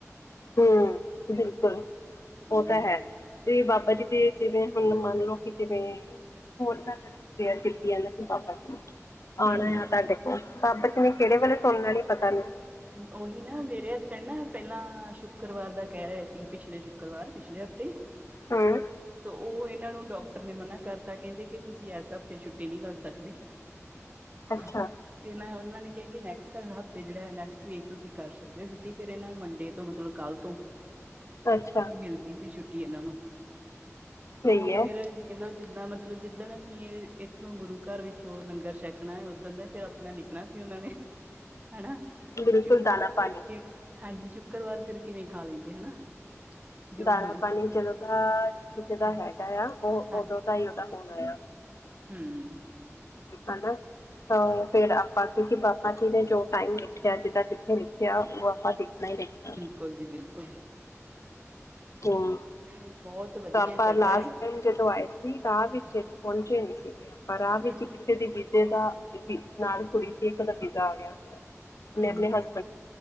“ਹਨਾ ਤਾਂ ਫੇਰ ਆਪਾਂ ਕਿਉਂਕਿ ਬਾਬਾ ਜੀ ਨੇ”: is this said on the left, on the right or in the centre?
Left